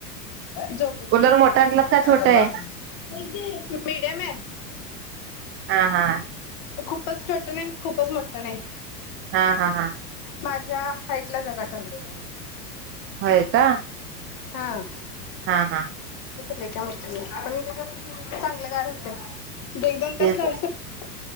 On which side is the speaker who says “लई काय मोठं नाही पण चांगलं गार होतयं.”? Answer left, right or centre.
Left